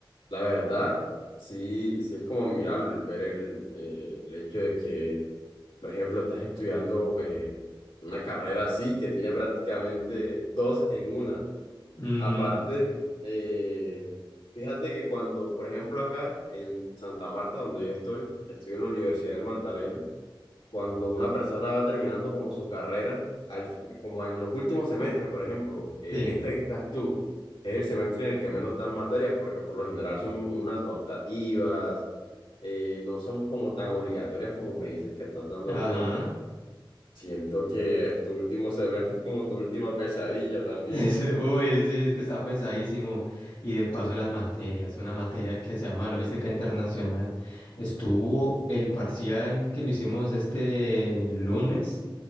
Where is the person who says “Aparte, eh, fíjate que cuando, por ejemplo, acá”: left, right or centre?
Left